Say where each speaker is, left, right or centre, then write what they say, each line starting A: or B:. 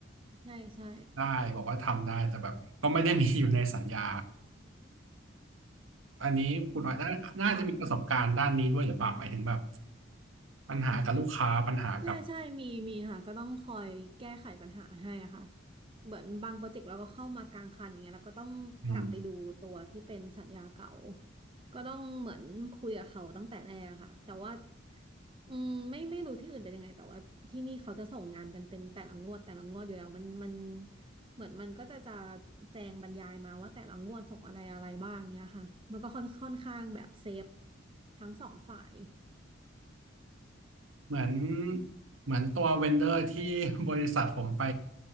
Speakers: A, on the right; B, on the right.
A: ใช่ใช่
B: ได้บอกว่าทำได้แต่แบบก็ไม่ได้มีอยู่ในสัญญา อันนี้คุณออยน่าน่าจะมีประสบการณ์ด้านนี้ด้วยหรือเปล่าหมายถึงแบบ
A: ค่ะ
B: ปัญหากับลูกค้าปัญหากับ
A: ใช่ใช่ มีมีค่ะก็ต้องคอยแก้ไขปัญหาให้อะค่ะเหมือนบางโปรเจกต์เราก็เข้ามากลางคันอย่างเงี้ยแล้วก็ต้องกลับไปดูตัวที่เป็นสัญญาเก่า
B: อืม
A: ก็ต้องเหมือนคุยกับเขาตั้งแต่แรกอะค่ะแต่ว่าอืมไม่ไม่รู้ที่อื่นเป็นยังไงแต่ว่าที่นี่เขาจะส่งงานกันเป็นแต่ละงวดแต่ละงวดอยู่แล้วมันมันเหมือนมันก็จะจะแจงบรรยายมาว่าแต่ละงวดส่งอะไรอะไรบ้างเนี้ยค่ะมันก็ค่อนค่อนข้างแบบเซฟทั้งสองฝ่าย
B: เหมือนเหมือนตัวเวนเดอร์ที่ <laughs> บริษัทผมไป